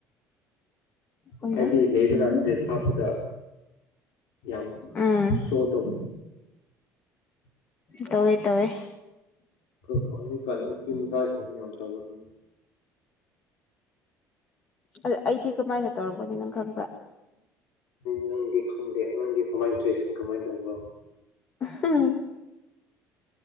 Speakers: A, on the left (about 30°); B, on the left (about 85°).
A: ꯈꯪꯗꯦ
B: ꯍꯥꯏꯕꯗꯤ ꯂꯩꯗꯨꯅ ꯗ꯭ꯔꯦꯁ ꯍꯥꯞꯄꯗ ꯌꯥꯝꯌꯥꯝ
A: ꯎꯝ
B: ꯁꯣꯇꯧ
A: ꯇꯋꯦ ꯇꯋꯦ
B: ꯑ ꯍꯧꯖꯤꯛꯀꯥꯟ ꯅꯨꯄꯤ ꯃꯆꯥꯁꯤꯡꯁ ꯌꯥꯝ ꯇꯧꯧꯕꯒꯤꯅꯦ
A: ꯑꯗ ꯑꯩꯗꯤ ꯀꯃꯥꯏꯅ ꯇꯧꯔꯝꯒꯅꯤ ꯅꯪ ꯈꯪꯕ꯭ꯔ
B: ꯅꯪꯗꯤ ꯈꯪꯗꯦ ꯅꯪꯗꯤ ꯀꯃꯥꯏ ꯗ꯭ꯔꯦꯁꯁꯤꯡ ꯀꯃꯥꯏꯅ ꯇꯧꯕꯕ꯭ꯔꯣ
A: ꯑꯝ